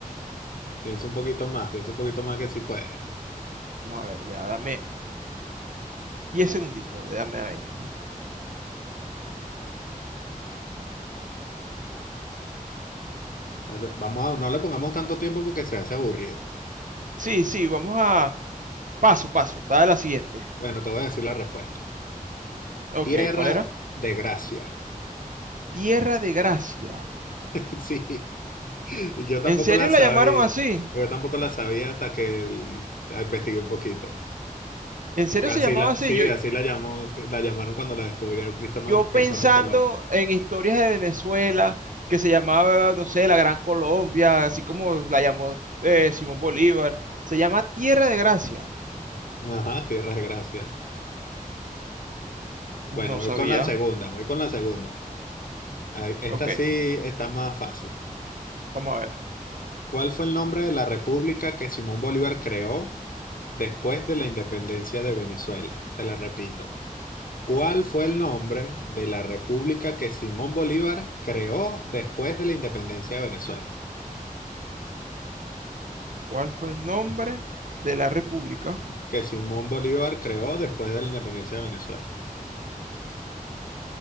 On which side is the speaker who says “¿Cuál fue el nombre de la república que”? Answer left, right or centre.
Left